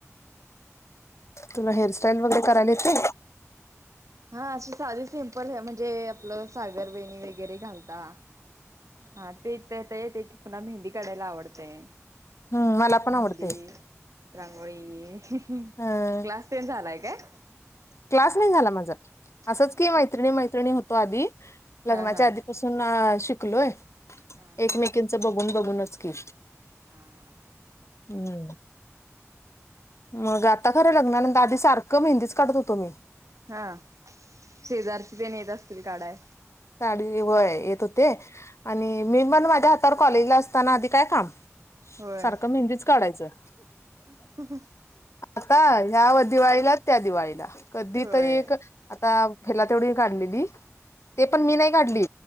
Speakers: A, on the left (about 60°); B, on the right (about 85°).
A: तुला हेअरस्टाईल वगैरे करायला येते?
B: हा अशी साधी सिम्पल म्हणजे आपलं सागर वेणी वगैरे घालता हा तेच तर एकेकांना मेहंदी काढायला आवडतय.
A: हम्म मला पण
B: मेहंदी
A: आवडते
B: रांगोळी क्लास
A: अ
B: तेन झालाय काय?
A: क्लास नाही झाला माझा असंच
B: नाही
A: की मैत्रिणी
B: काय
A: मैत्रिणी होतो आधी लग्नाच्या
B: हा हा
A: आधी पासून शिकलोय
B: हा
A: एकमेकीचं
B: हा.
A: बघून बघूनच केलो.
B: हा
A: होय. मग आता खरं लग्नानंतर आधी सारखं मेहंदीच काढत होतो मी
B: हा शेजारची तेन येत असतील काढाया
A: ताडी वय येत होते आणि मी पण माझ्या हातावर कॉलेजला असताना आधी काय काम
B: होय.
A: सारखं मेहंदीच काढायचं.
B: <inaudible>
A: आता ह्या दिवाळीला त्या दिवाळीला कधी
B: होय
A: तरी एक आता तेवढी काढलेली ते पण मी नाही काढली